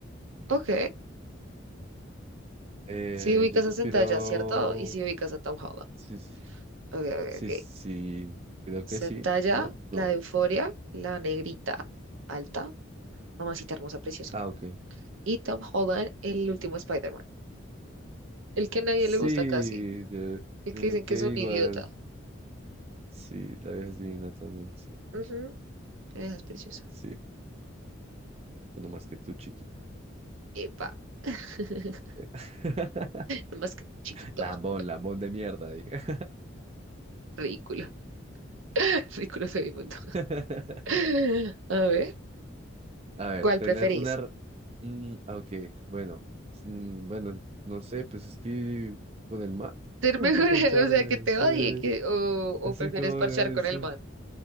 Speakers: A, on the right (about 80°); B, on the right (about 30°).
A: Ok.
B: Eh,
A: Si ubicas
B: yo prefiero.
A: a Zendaya, ¿cierto? Y si ubicas a Tom Holland.
B: Sí, sí, sí.
A: Ok, ok,
B: Sí,
A: ok.
B: sí, creo que
A: Zendaya,
B: sí, ¿no? No.
A: la de Euforia, la negrita, alta, mamacita hermosa, preciosa.
B: Ah, ok.
A: Y Tom Holland, el último Spider-Man. El que a nadie
B: Sí,
A: le gusta casi.
B: yo
A: El
B: digo
A: que dicen
B: que
A: que es un
B: igual.
A: idiota.
B: Sí, la vieja es divina también, sí.
A: Ujú, Esa es preciosa.
B: Sí, no más que tú, chiqui.
A: Epa. <laughs>
B: <laughs>
A: Más que chiquito,
B: Lambón, lambón de mierda, diga.
A: ridículo, <laughs> ridículo soy mundo.
B: <laughs>
A: <laughs> A ver,
B: A ver,
A: ¿cuál
B: tener
A: preferís?
B: una... re- Mm, ah, ok, bueno. Mm, bueno, no sé, pues es que con el mar,
A: ¿Ser
B: como
A: mejor,
B: para parcharme,
A: <laughs> o sea, que te
B: sí,
A: odie
B: eh,
A: que, o, o
B: así
A: prefieres
B: como,
A: parchar
B: eh,
A: con
B: sí.
A: el man?